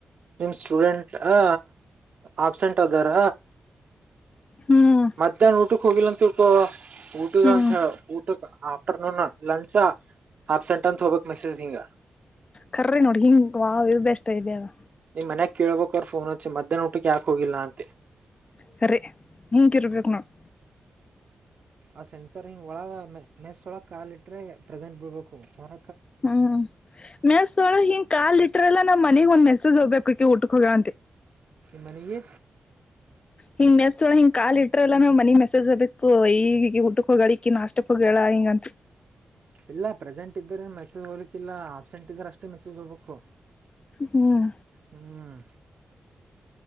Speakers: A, on the right; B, on the left.
A: ನಿಮ್ ಸ್ಟೂಡೆಂಟ್ ಅ ಆಬ್ಸೆಂಟ್ ಆದದಾರ
B: ಹ್ಮ್
A: ಮಧ್ಯಾಹ್ನ ಊಟಕ್ ಹೋಗಿಲ್ಲ ಅಂತಿಳ್ಕು ಊಟಗ
B: ಹ್ಮ್
A: ಅಂತ ಊಟಕ ಆಫ್ಟರ್ನೂನ್ ಲಂಚ ಹಪ್ಸೆಂಟಂತ ಹೋಗುತ್ತೆ ಮೆಸೇಜ ನಿಂಗ
B: ಕರ್ರಿ ನೋಡಿ ಹಿಂಗ್ ವಾವ್ ಬೆಸ್ಟ್ ಐಡಿಯಾ ಇದಲ್ಲ
A: ಮನ್ಯಕ್ ಕೇಳ್ಬೇಕ ಅವ್ರ ಫೋನ್ ಹಚ್ಚಿ ಮಧ್ಯಾನ ಊಟಕ್ಕೆ ಯಾಕ್ ಹೋಗಿಲ್ಲ ಅಂತೆ
B: <unintelligible> ನಿಂಕಿರಬೇಕು ನೋಡು
A: ಆ ಸೆನ್ಸರ್ ಹಿಂಗ್ ಒಳ ಮೆಸ್ ಒಳಗ್ ಕಾಲಿಟ್ರೆ ಪ್ರೆಸೆಂಟ್ ಬಿಡ್ಬೇಕು ಹೊರ
B: ಹ್ಮ್ ಮೆಸ್ನೊಳಗ್ ಹಿಂಗ್ ಕಾ ಇಟ್ರಲ್ಲಾ ನಮ್ ಮನೆಗ್ ಒಂದ್ ಮೆಸೇಜ್ ಹೋಗ್ಬೇಕು ಈಕೆ ಊಟಕ್ ಹೋಗ್ಯಳಂತಿ
A: ನಿನಗೆ
B: ಹಿಂಗ ಮೆಸ್ನೊಳಿಗೆ ಹಿಂಗ್ ಕಾಲ್ ಇಟ್ಟ್ರ ಎಲ್ಲ ನಮ್ ಮನಿಗೆ ಮೆಸೇಜ್ ಹೋಗ್ಬೇಕು ಈಗ <unintelligible> ಗಳಿಕಿ ನಾಷ್ಟಕ್ಕ ಹೇಳ ಹಿಂಗಂತ
A: ಇಲ್ಲ ಪ್ರೆಸೆಂಟ್ ಇದ್ದರೆ ಮೆಸೇಜ್ ಹೋಗ್ಲಿಕ್ಕಿಲ್ಲ ಆಬ್ಸೆಂಟ್ ಇದ್ದಾರೆ ಅಷ್ಟೇ ಮೆಸೇಜ್ ಹೋಗ್ಬೇಕು
B: ಹ್ಮ್
A: ಹ್ಮ್